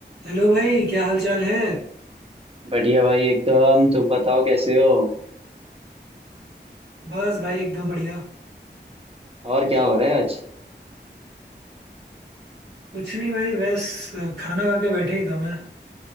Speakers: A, on the right; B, on the right.
A: Hello भाई क्या हाल चाल है
B: बढ़िया भाई एकदम तुम बताओ कैसे हो
A: बस भाई एकदम बढ़िया
B: और क्या हो रहा है आज
A: कुछ नहीं भाई बस अ, खाना खा के बैठे ही था मैं